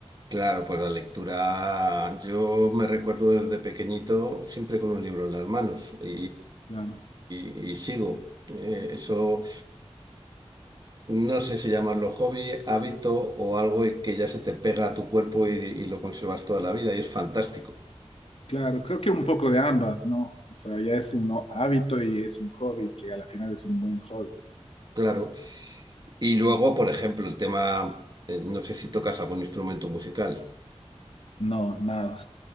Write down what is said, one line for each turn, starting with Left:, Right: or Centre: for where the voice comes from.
Right: claro, pues la lectura, yo me recuerdo desde pequeñito siempre con un libro en las manos y,
Left: claro.
Right: y- y sigo. Eh, eso no sé si llamarlo hobby, hábito o algo que ya se te pega a tu cuerpo y, y lo conservas toda la vida y es fantástico,
Left: Claro, creo que un poco de ambas, ¿no? O sea, ya es un hábito y es un hobby, que a la final es un buen hobby.
Right: claro. Y luego, por ejemplo, el tema, eh, no sé si tocas algún instrumento musical.
Left: No, nada.